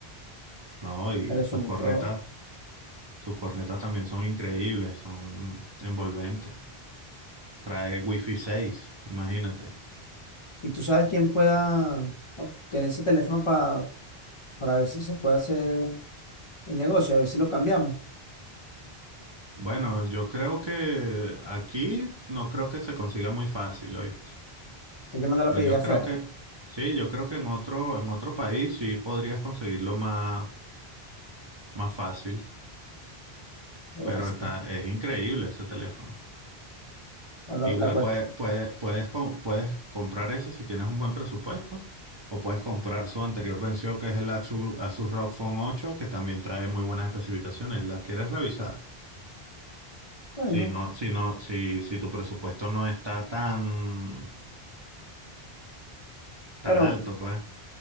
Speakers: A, on the right (about 35°); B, on the left (about 40°).
A: ¿no? Y
B: telefonito.
A: sus cornetas, sus cornetas también son increíbles, son envolventes. Trae Wi-Fi 6, imagínate.
B: ¿Y tú sabes quién pueda obtener ese teléfono pa- para ver si se puede hacer el negocio, a ver si lo cambiamos?
A: Bueno, yo creo que aquí no creo que se consiga muy fácil, ¿oíste?
B: Hay que mandar
A: Pero
B: la pedida
A: yo
B: afuera.
A: creo que sí, yo creo que en otro en otro país sí podrías conseguirlo más más fácil,
B: Lo
A: pero
B: que pasa
A: está
B: es que
A: es increíble ese teléfono.
B: la,
A: Igual
B: la cuesta.
A: puede- puede- puedes, com- puedes comprar ese si tienes un buen presupuesto, o puedes comprar su anterior venció que es el Asus Asus, ROG Phone 8, que también trae muy buenas especificaciones. ¿Las quieres revisar?
B: Bueno,
A: Si no, si no, si, si tu presupuesto no está tan, tan
B: pero,
A: alto, pues.